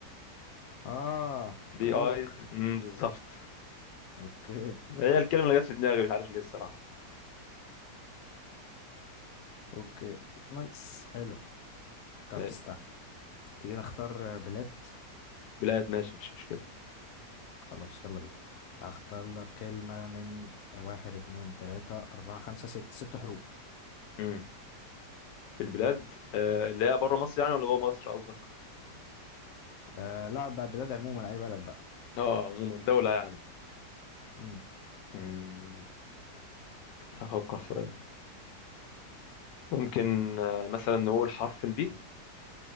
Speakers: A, on the left (about 70°); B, on the left (about 85°).
A: اه الخوخ
B: بي اي مم، بالظبط
A: اوكي
B: <laughs> هي الكلمه اللي جت في دماغي مش عارف ليه الصراحه
A: اوكي نايس حلو طب
B: إيه،
A: استنى تيجي نختار بلاد
B: بلاد ماشي مفيش مشكله
A: خلاص يلا بينا اختار لك كلمة من واحد اتنين تلاتة اربعة خمسة ست ست حروف
B: مم. في البلاد آه، اللي هي بره مصر يعني ولا جوه مصر قصدك
A: آه لا بقى بلاد عموما اي بلد بقى
B: اه عموما دولة يعني
A: مم.
B: مم، أفكر ثواني ممكن آه، مثلا نقول حرف البي